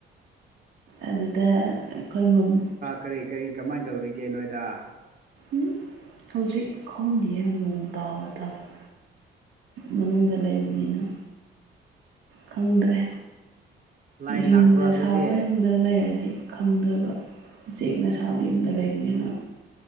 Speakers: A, on the right (about 75°); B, on the right (about 45°).
A: ꯑꯗꯨꯗ ꯑꯈꯣꯢ ꯃꯝ
B: ꯀꯔꯤ-ꯀꯔꯤ ꯀꯃꯥꯏꯅ ꯇꯧꯔꯤꯒꯦ ꯅꯣꯏꯗ꯫
A: ꯎꯝ ꯍꯧꯖꯤꯛ ꯈꯪꯗꯤꯌꯦ ꯅꯣꯡ ꯇꯥꯕ ꯇꯥꯗꯕ ꯃꯅꯨꯡꯗ ꯂꯩꯕꯅꯤꯅ ꯈꯪꯗ꯭ꯔꯦ
B: ꯂꯥꯏ
A: ꯖꯤꯡꯒ
B: ꯂꯥꯛꯄ꯭ꯔꯥ ꯑꯗꯨꯗꯤ
A: ꯁꯥꯕ ꯌꯨꯝꯗ ꯂꯩꯔꯗꯤ ꯈꯪꯗꯣꯢꯕ ꯆꯦꯛꯅ ꯁꯥꯕ ꯌꯨꯝꯗ ꯂꯩꯕꯅꯤꯅ